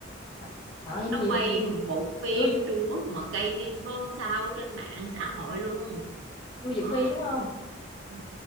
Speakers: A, on the left; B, on the right.
A: À, trời ơi,
B: nó
A: nhiều
B: quay
A: nhiều
B: một bộ phim
A: Lưu
B: Trung Quốc mà gây xôn xao trên mạng xã hội luôn
A: Lưu Diệc
B: ờ
A: Phi, đúng không
B: ừ.